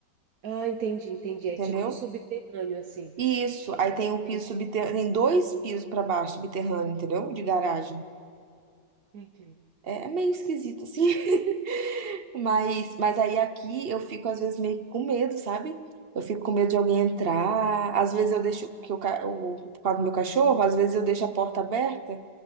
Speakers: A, on the right; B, on the right.
A: Ah, entendi, entendi.
B: entendeu?
A: É tipo subterrâneo, assim.
B: E isso, aí tem o
A: Entendi.
B: piso subterrâneo, tem dois pisos pra baixo, subterrâneo, entendeu? De garagem.
A: Entendi.
B: É, é meio esquisito, assim. <laughs> Mas, mas aí aqui eu fico, às vezes, meio que com medo, sabe? Eu fico com medo de alguém entrar. Às vezes eu deixo, porque o, ca- o, por causa do meu cachorro, às vezes eu deixo a porta aberta,